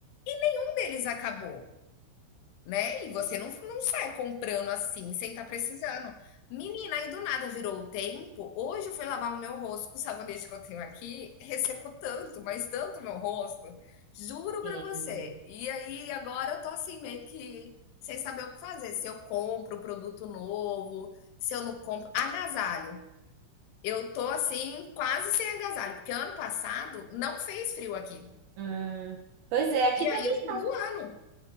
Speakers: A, on the left; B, on the right.
A: E nenhum deles acabou né? E você não, não sai comprando assim, sem estar precisando. Menina, aí do nada virou o tempo. Hoje eu fui lavar o meu rosto com o sabonete que eu tenho aqui, ressecou tanto, mas tanto o meu rosto. Juro
B: Entendo.
A: pra você. E aí agora eu tô assim, meio que sem saber o que fazer. Se eu compro produto novo, se eu não compro. Agasalho. Eu tô assim, quase sem agasalho, porque ano passado não fez frio aqui.
B: Hum, pois é, aqui
A: E
B: também.
A: aí eu fui do ano.